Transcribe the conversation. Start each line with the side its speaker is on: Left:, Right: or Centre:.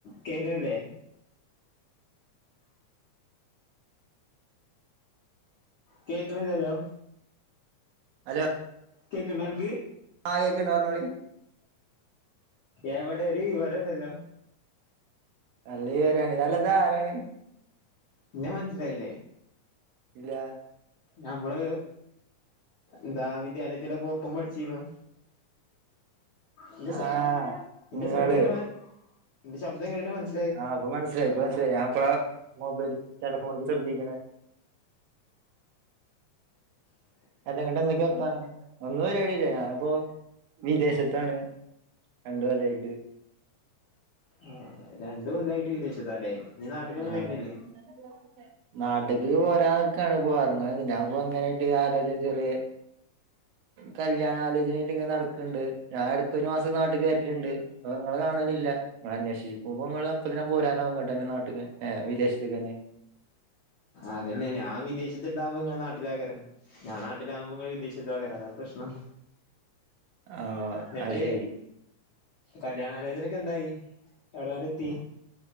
Left: <inaudible> കേക്കണില്ലേ കേക്കണില്ലല്ലോ
Right: ഹലോ
Left: കേക്ക്ണ്ടോ നിന്നക്
Right: ആ കേക്ക്ണ്ട് പറഞ്ഞോളി
Left: എവടെ ഒരു വിവരോഇല്ലല്ലോ
Right: നല്ല പേരാണ് അല്ല ഇതാരാണ്
Left: എന്നെ മനസ്സിലായിലെ
Right: ഇല്ല
Left: ഞമ്മള് എന്താ വിദ്യാലയത്തിലൊക്കെ ഒപ്പം പടിച്ചിന്നു നിന്റെ സൗ
Right: ആഹ്
Left: നിന്റെ
Right: ഇങ്ങള്
Left: സൗണ്ട് കേട്ടിട്ട് മ നിന്റെ ശബ്ം കേട്ടിട്ട് മനസി
Right: ആഹ് ഇപ്പൊ മനസ്സിലായി ഇപ്പോ മനസ്സിലായി ഞൻ ഇപ്പളാ മൊബൈൽ ടെലഫോണക്ക്‌ ശ്രദ്ധിക്കണേ
Left: അ <unintelligible>
Right: അതെ എന്നട്ട്ന്തൊക്കെ വർത്താനം ഒന്നും പരിപടിയില്ല ഞാനിപ്പോ വിദേശത്താണ് രണ്ട് കൊല്ലായിട്ട്
Left: ആഹ് രണ്ട് കൊല്ലായിട്ട് വിദേശത്തല്ലേ ഇനീ നാട്ട്ക്കൊന്നും
Right: ആഹ്
Left: വരുന്നില്ലേ
Right: <unintelligible> നാട്ട്ക്ക് പോരാന്നിക്കാണ് ഇപ്പോ എറങ്ങാന് ഞപ്പോ എങ്ങനയിട്ട് ആലോചന ചെറിയ കല്യാണലോചനായിട്ട് ഇങ്ങനെ നടക്കണ്ട് ഞാൻ എടക്ക് ഒരു മാസം നാട്ട്ക്ക് വരല്ണ്ട് അപ്പൊ ഇങ്ങളെ കാണലില്ല അപ്പാ അന്വേഷിക്കുമ്പോ ഇങ്ങള് അപ്പോ തന്നെ പോരാനാവും ഇങ്ങട്ടെന്നേ നാട്ടി ക്ക്‌ ഏഹ് വിദേശത്ത്ക്കന്നെ
Left: അതന്നെ ഞാൻ വിദേശത്തുണ്ടാമ്പോ ഇങ്ങള് നാട്ടിലേകാരം ഞാൻ നാട്ടിലാമ്പോ ഇങ്ങള് വിദേശ ത്തെക്കാര അതാ പ്രശ്നം
Right: ആഹ്
Left: എന്നിട്ട്
Right: അത് ശരി
Left: കല്യാണാലോചനക്കെ എന്തായി എവിടെ വരെ എത്തി